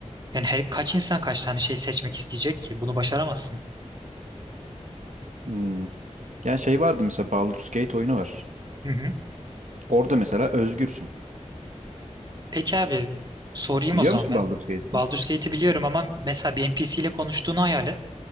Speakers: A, on the right; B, on the right.
A: yani her, kaç insan kaç tane şey seçmek isteyecek ki bunu başaramazsın.
B: Hmm. Yani şey vardı mesela Baldur's Gate oyunu var.
A: Hı hı.
B: Orada mesela özgürsün.
A: Peki abi sorayım
B: Biliyor
A: o zaman.
B: musun Baldur's
A: Me-
B: Gate'i?
A: Baldur's Gate'i biliyorum ama mesela bir NPC ile konuştuğunu hayal et.